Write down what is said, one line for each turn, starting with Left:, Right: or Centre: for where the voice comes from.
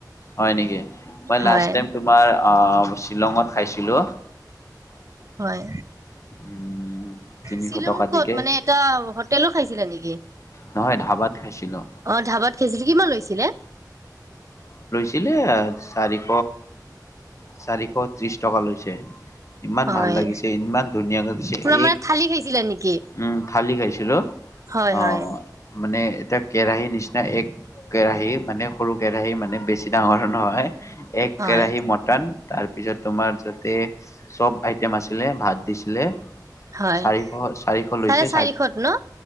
Left: হয় নেকি? মই
Right: হয়।
Left: লাষ্ট টাইম তোমাৰ আহ শ্বিলঙত খাইছিলোঁ।
Right: হয়
Left: উম তিনিশ
Right: শ্বিলঙত
Left: টকা
Right: ক'ত
Left: দিকে
Right: মানে এটা হোটেলো খাইছিলে নেকি
Left: নহয় ধাবাত খাইছিলো।
Right: অ ধাবাত খাইছিলে, কিমান লৈছিলে?
Left: ছিলে চাৰিশ চাৰিশ ত্ৰিশ টকা লৈছে। ইমান
Right: হয়
Left: ভাল লাগিছে ইমান ধুনীয়াাকৈ দিছে
Right: পুৰা
Left: এক
Right: মানে থালি খাইছিলা নেকি
Left: উম থালি খাইছিলো
Right: হয়
Left: অ,
Right: হয়
Left: মানে এতিয়া কেৰাহী নিচিনা এক কেৰাহি মানে সৰু কেৰাহী মানে বেছি ডাঙৰ নহয়। এক
Right: হয়
Left: কেৰাহী মটন তাৰপিছত তোমাৰ তাতে চব আইটেম আছিলে ভাত দিছিলে
Right: হয়
Left: চাৰিশ
Right: ন
Left: চাৰিশ লৈছে
Right: চাৰে চাৰিশ ন